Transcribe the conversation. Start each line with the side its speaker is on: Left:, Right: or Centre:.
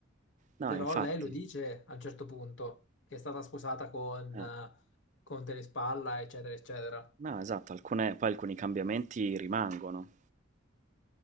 Right: no,
Left: però
Right: infatti.
Left: lei lo dice a un certo punto, che è stata sposata con,
Right: eh.
Left: eh, con Telespalla, eccetera, eccetera.
Right: No, esatto, alcune poi alcuni cambiamenti rimangono.